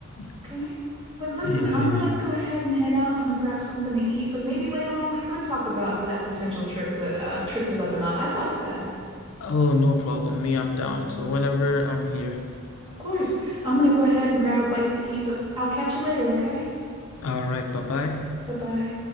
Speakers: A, on the left; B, on the right.
A: <laughs>
B: Okay. But listen,
A: Yeah,
B: I'm
A: yeah.
B: gonna go ahead and head out. I'm gonna grab something to eat, but maybe later on we could talk about that potential trick, the uh, trip to Lebanon. I'd like that.
A: Oh, no problem. Me, I'm down. So whenever I'm here.
B: Of course. I'm gonna go ahead and grab a bite to eat, but I'll catch you later, okay?
A: All right. Bye bye.
B: Bye-bye.